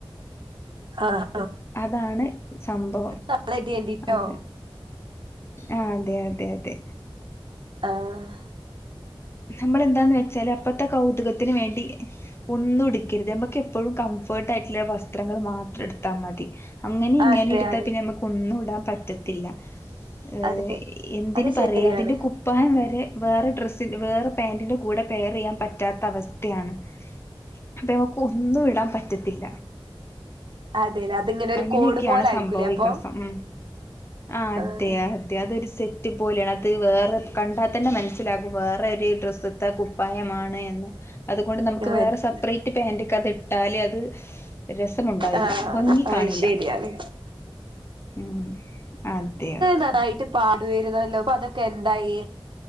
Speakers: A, on the right; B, on the left.
A: ആഹ
B: അതാണ് സംഭവം
A: നാളെ ഇടേണ്ടിട്ടോ
B: അത് ആ അതെ അതെ അതെ
A: ആഹ
B: നമ്മള് എന്താന്ന് വെച്ചാല് അപ്പത്തെ കൗതുക ത്തിന് വേണ്ടി ഒന്നും എടുക്കരുത്. നമക്ക് എപ്പോഴും കംഫേർട്ട് ആയിട്ടുള്ള വസ്ത്രങ്ങൾ മാത്രം എടുത്താ മതി. അങ്ങനെ ഇങ്ങനെ
A: അതെ
B: എടുത്താൽ
A: അതെ
B: പിന്നെ നമ്മുക്ക് ഒന്നും ഇടാൻ പറ്റത്തില്ല ഏ
A: അതെ
B: എന്തിന്
A: അത് ശരിയാണ്
B: പറയാ അതിന്റെ കുപ്പായം വരെ വേറെ ഡ്രസ് വേറെ പാന്റിന്റെ കൂടെ പെയർ ചെയ്യാൻ പറ്റാത്ത അവസ്ഥയാണ് അപ്പൊ ഞമക്ക് ഒന്നും ഇടാൻ പ റ്റത്തില്ല
A: അതെല്ലേ അതിങ്ങനെ ഒരു
B: അങ്ങനെയൊക്കെയാണ്
A: കോഡ് പോലെ ആയിരിക്കൂലേ
B: സംഭവ വികാസം
A: അപ്പൊ
B: ഉം ആ അതെ
A: ആഹ്
B: അതെ അതൊരു സെ പോലെണത് വേറെ കണ്ടാൽ തന്നെ മനസ്സിലാ വേറെര് ഡ്രസ്സത്തെ കുപ്പായമാണ് എന്ന് അതുകൊണ്ട് നമുക്ക്
A: ഞാൻ മനസ്സിലായി
B: വേറെ സെപ്പറേറ്റ് പാന്റ്ക്കത് ഇട്ടാല് അത് രസമുണ്ടായില്ല
A: ആഹ്
B: ഭംഗി
A: അത്
B: കാണില്ല
A: ശരിയാണ്
B: ഉം അതെ അതെ
A: നന്നായിട്ട് പാടുവായിരുന്നല്ലോ അപ്പൊ അതൊക്കെ എന്തായി